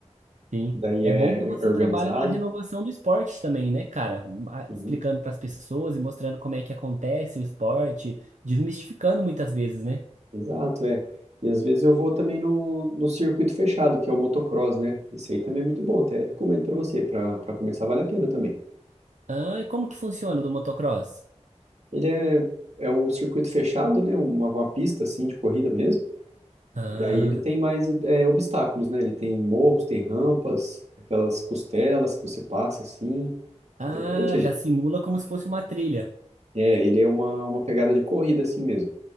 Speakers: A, on the right; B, on the right.
A: Sim.
B: que daí
A: É
B: é
A: bom que você
B: organizado.
A: trabalha na renovação do esporte também, né, cara? A-
B: Sim,
A: Explicando para as pessoas e mostrando como é que acontece o esporte, desmistificando muitas vezes, né?
B: exato, é. E às vezes eu vou também no, no circuito fechado, que é o motocross, né? Esse aí também é muito bom, até recomendo pra você, Pra para começar vale a pena também.
A: Ah, e como que funciona o do motocross?
B: Ele é, é um circuito fechado, né? Uma, uma pista assim de corrida mesmo.
A: Ah,
B: Daí ele tem mais é, obstáculos, né? Ele tem morros, tem rampas, aquelas costelas que você passa assim.
A: ah,
B: É bem divertido.
A: já simula como se fosse uma trilha.
B: É, ele é uma, uma pegada de corrida assim mesmo.